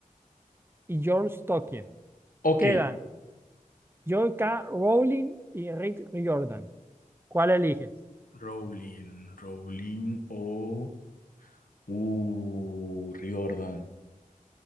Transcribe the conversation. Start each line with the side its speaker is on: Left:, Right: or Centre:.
Right: y George Tolkien.
Left: ok.
Right: Quedan Joe K. Rowling y Rick Riordan. ¿Cuál eliges?
Left: Rowling, Rowling o... Uh, Riordan.